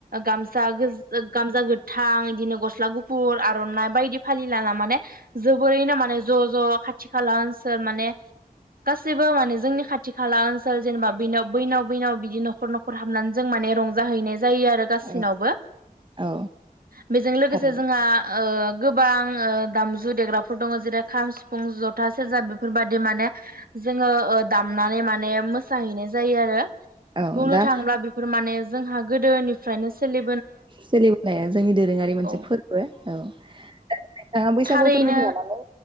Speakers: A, on the right; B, on the right.
A: गामसा गोज गामसा गोथां इदिनो गस स्ला गुफुर आरनाइ बायदि फालि लाना माने जोबोरैनो माने ज ज खाथि खाला ओनसोल माने गासैबो माने जोंनि खाथि खाला ओनसोल जेनेबा बिनाव बैनाव बैनाव बिदि नखर नखर हाबनानै जों माने रंजाहैनाय जायो आरो गासिनावबो।
B: औ औ
A: बेजों लोगोसे
B: थारैनो
A: जोंहा ओ गोबां ओ दामजु देग्राफोर दङ जेरै खाम सिफुं जथा सेरजा बेफोरबादि माने जोङो ओ दामनानै माने मोसाहैनाय जायोआरो
B: औ
A: बुंनो
B: दा
A: थाङोब्ला बेफोर माने - जोंहाग गोदोनिफ्रायनो सोलि
B: सोलिबोनाया जोंनि दोरोङारि मोनसे
A: औ
B: फोरबो औ नोंथाङा बैसागु
A: थारैनो
B: फोरबोखौ लानानै